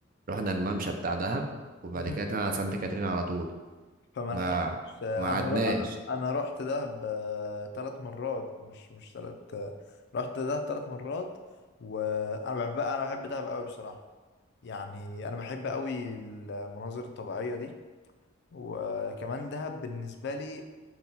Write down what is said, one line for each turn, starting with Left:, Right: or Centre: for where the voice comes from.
Right: رحنا الممشى بتاع دهب وبعد
Left: امم
Right: كده طلعنا على سانت كاترين على طول
Left: فما
Right: ما
Left: لحقتش انا
Right: ما عدناش
Left: ر... انا انا رحت دهب ثلاث مرات مش مش ثلاث رحت دهب ثلاث مرات وانا بحب انا بحب دهب قوي بصراحة يعني انا بحب قوي المناظر الطبيعية دي وكمان دهب بالنسبة لي